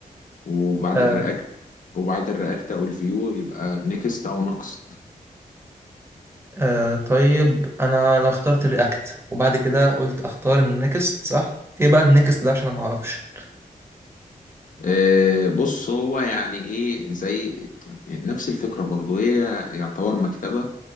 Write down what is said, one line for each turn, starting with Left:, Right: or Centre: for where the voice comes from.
Left: وبعد
Right: آه
Left: الرياكت وبعد الرياكت او الفيو يبقى نيكست او نكست
Right: آه طيب انا لا اخترت رياكت وبعد كده قلت اختار النكست صح ايه بقى النكست ده عشان انا ما اعرفش
Left: آه، بص هو يعني ايه زي نفس الفكرة برضو هي يعتبر مكتبة